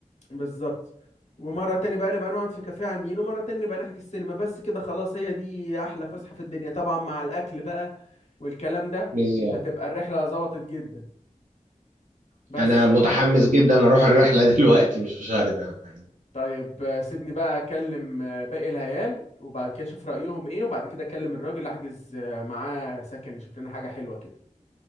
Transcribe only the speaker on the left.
بالظبط ومرة تانية بقى نبقى نقعد في كافيه على النيل ومرة تانية نبقى نحجز سينما بس كده خلاص هي دي أحلى فسحة في الدنيا طبعا مع الأكل بقى والكلام ده
هتبقى الرحلة ظبطت جدا بس
طيب آه، سيبني بقى اكلم آه، باقي العيال وبعد كده اشوف رأيهم ايه وبعد كده اكلم الراجل احجز آه، معاه سكن يشوف لنا حاجة حلوة كده